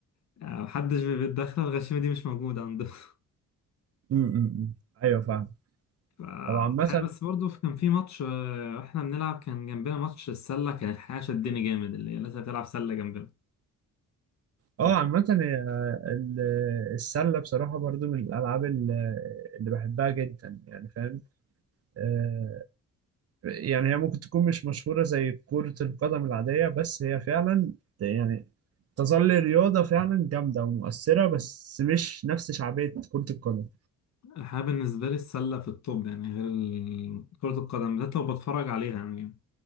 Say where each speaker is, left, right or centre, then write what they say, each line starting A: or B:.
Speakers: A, on the left (about 50°); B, on the right (about 45°).
A: يعني محدش بي- بيتدخل الغشيمة دي مش موجودة عندهم <laughs>
B: م- م- م. أيوة فاهم
A: ف-
B: طب عامة
A: الحقيقة بس برضه كان في ماتش آه، واحنا بنلعب كان جنبنا ماتش السلة كان الحقيقة شدني جامد اللي هي الناس اللي بتلعب سلة جنبنا
B: اه
A: كانت
B: عامة هي، آه، ال- السلة بصراحة برضو من الألعاب ال- اللي بحبها جدا يعني فاهم آه، يعني هي ممكن تكون مش مشهورة زي كرة القدم العادية بس هي فعلا يعني تظل رياضة فعلا جامدة ومؤثرة بس مش نفس شعبية كرة القدم
A: الحقيقة بالنسبة لي السلة في الطب يعني غير ال- كرة القدم بالذات لو بتفرج عليها يعني